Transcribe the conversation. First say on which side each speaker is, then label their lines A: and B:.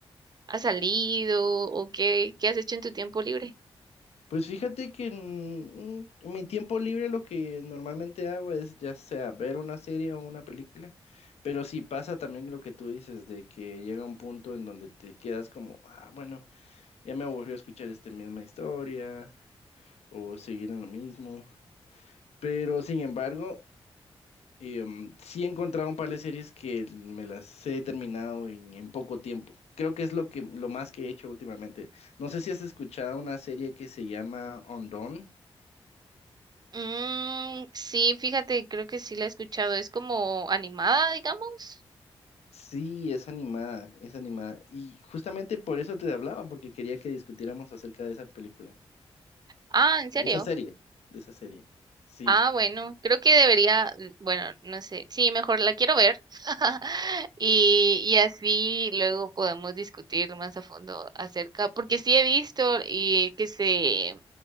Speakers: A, on the right; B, on the left.
A: has salido o qué, qué has hecho en tu tiempo libre?
B: Pues fíjate que en, en mi tiempo libre lo que normalmente hago es ya sea ver una serie o una película, pero sí pasa también lo que tú dices, de que llega un punto en donde te quedas como, ah, bueno, ya me aburrió escuchar esta misma historia o seguir en lo mismo, pero sin embargo, em, sí he encontrado un par de series que me las he terminado en, en poco tiempo. Creo que es lo que, lo más que he hecho últimamente. No sé si has escuchado una serie que se llama Undone.
A: Mm, sí, fíjate, creo que sí la he escuchado. Es como animada, digamos.
B: Sí, es animada, es animada. Y justamente por eso te hablaba, porque quería que discutiéramos acerca de esa película,
A: Ah, ¿en serio?
B: de esa serie, de esa serie. Sí,
A: Ah, bueno, creo que debería, mm, bueno, no sé, sí, mejor la quiero ver <laughs> y, y así luego podemos discutir más a fondo acerca, porque sí he visto y que se,